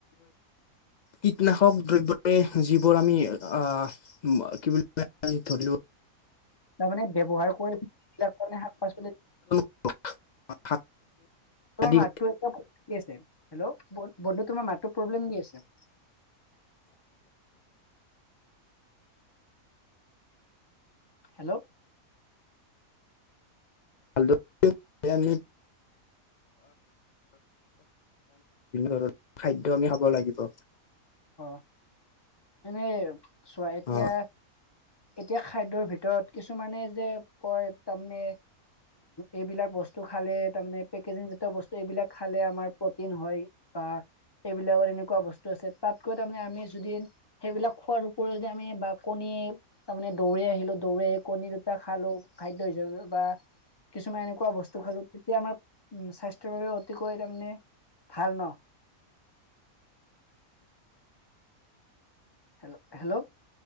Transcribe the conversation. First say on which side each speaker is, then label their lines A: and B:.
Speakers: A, on the left; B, on the left.
A: কীটনাশক দ্ৰব্যৰে যিবোৰ আমি আহ কি বুলি ধৰিলো
B: তাৰমানে ব্যৱহাৰ কৰিলে শাক পাচলি
A: <unintelligible>
B: ত
A: আদি
B: মাতৈ <unintelligible> হেল্লো' বন্ধু তোমাৰ মাত প্ৰব্লেম দি আছে। হেল্লো?
A: <unintelligible> বিভিন্ন ধৰণৰ খাদ্য আমি খাব লাগিব
B: অ' এনেই চোৱা এতিয়া,
A: অ
B: এতিয়া খাদ্যৰ ভিতৰত, কিছুমানে যে কয়, তাৰমানে এইবিলাক বস্তু খালে তাৰমানে পেকেজিং জাতীয় বস্তু, এইবিলাক খালে আমাৰ প্ৰটিন হয়, বা এইবিলাকত এনেকুৱা বস্তু আছে তাতকৈ তাৰমানে আমি যদি সেইবিলাক খোৱাৰ ওপৰিও যে আমি বা কণী, তাৰমানে দৌৰি আহিলো, দৌৰি আহি কণী দুটা খালো খাদ্য হিচাপে, বা কিছুমান এনেকুৱা বস্তু খালোঁ, তেতিয়া আমাৰ উ স্বাস্থ্যৰ বাবে অতিকৈ তাৰমানে ভাল ন? হেল্ল', হেল্ল',